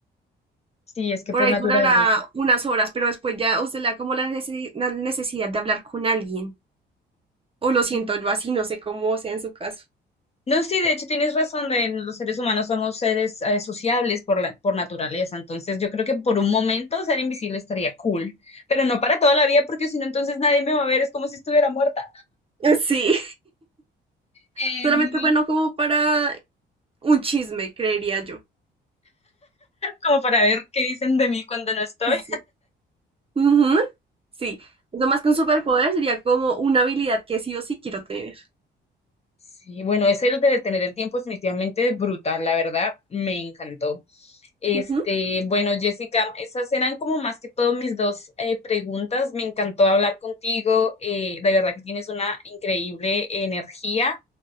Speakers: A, on the left; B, on the right.
A: Sí, es que
B: Por
A: por
B: ahí
A: naturaleza.
B: durará unas horas, pero después ya os le da como la necesi- la necesidad de hablar con alguien. O lo siento
A: Sí.
B: yo así, no sé cómo sea en su caso.
A: No, sí, de hecho tienes razón, de los seres humanos somos seres eh, sociables por la, por naturaleza, entonces yo creo que por un momento ser invisible estaría cool, pero no para toda la vida porque si no entonces nadie me va a ver, es como si estuviera muerta,
B: Ujú. Sí, <laughs>
A: Em,
B: solamente bueno como para un chisme, creería yo.
A: como para ver qué dicen de mí cuando no estoy.
B: Sí. Ujú, Sí, lo más que un superpoder sería como una habilidad que sí o sí quiero tener.
A: Sí, bueno, es el de detener el tiempo definitivamente es brutal, la verdad, me encantó. Este,
B: Ujú.
A: bueno, Jessica, esas eran como más que todo mis dos eh, preguntas. Me encantó hablar contigo. eh, de verdad que tienes una increíble energía.